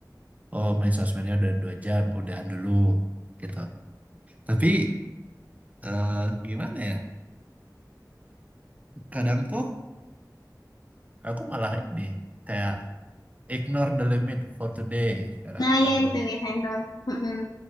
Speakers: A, on the right; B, on the left.
A: Oh main sosmednya udah dua jam, udahan dulu gitu. Tapi eh, gimana ya? Kadang tuh aku malah ini kayak ignore the limit for today. Kadang
B: nah ya
A: aku
B: itu biasanya tuh hmm. hmm.